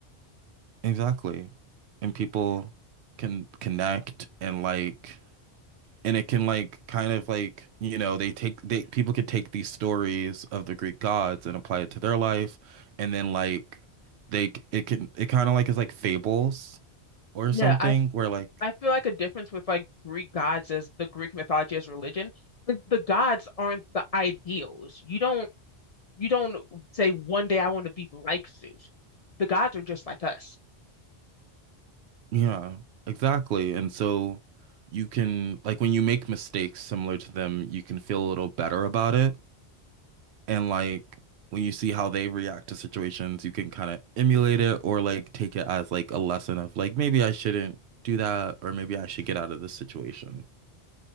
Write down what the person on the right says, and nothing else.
Exactly. And people can connect and like and it can like kind of like you know they take they people could take these stories of the greek gods and apply it to their life and then like they it can it kind of like is like fables or
something
where like
Yeah, exactly. And so you can, like, when you make mistakes similar to them, you can feel a little better about it. And, like, when you see how they react to situations, you can kind of emulate it or, like, take it as, like, a lesson of, like, maybe I shouldn't do that or maybe I should get out of this situation.